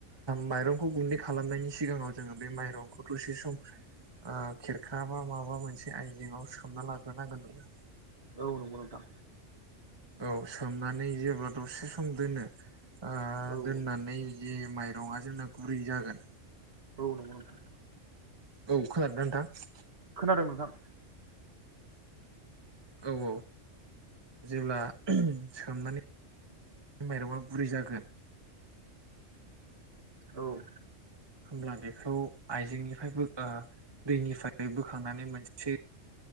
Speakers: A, on the right; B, on the right.
A: माइरंखौ गुन्दै खालामनायनि सिगाङाव जोङो बे माइरंखौ दसे सम ओ खेरखा बा माबा मोनसे आयजेंआव सोमना लाग्रोनांगोन नोंङो
B: औ नंगौ नोंथां
A: औ सोमनानै जेब्ला दसे सम दोनो ओ
B: औ
A: दोननानै जे माइरङा जोंना गुरै जागोन
B: औ नंगौ नोंथां
A: औ खोनादोंना नोंथां
B: दों नोंथां
A: औ औ जेब्ला सोमनानै माइरंआ गुरै जागोन
B: औ औ
A: होमब्ला बेखौ आइजेंनिफ्रायबो ओ दैनिफ्राय बोखांनानै मोनसे